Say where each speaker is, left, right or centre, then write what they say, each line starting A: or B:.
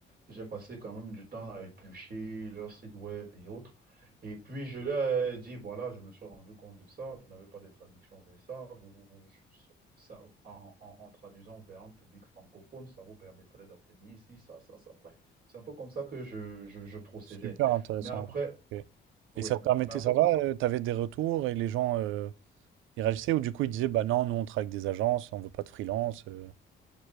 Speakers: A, on the right; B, on the right.
A: J'ai passé quand même du temps à éplucher leur site web et autres. Et puis, je leur ai dit, voilà, je me suis rendu compte de ça. Vous n'avez pas de traduction vers ça. Vous, vous, vous- je- ça en, en- en traduisant vers un public francophone, ça vous permettrait d'obtenir ici, ça, ça, ça. Bref, c'est un peu comme ça que je, je, je procédais.
B: Super intéressant.
A: Mais après,
B: Ok.
A: oui,
B: Et ça te permettait,
A: mais après,
B: ça
A: comme
B: va?
A: je-
B: Tu avais des retours et les gens euh, Ils réagissaient ou du coup ils disaient bah non, nous on travaille avec des agences, on veut pas de freelance. euh.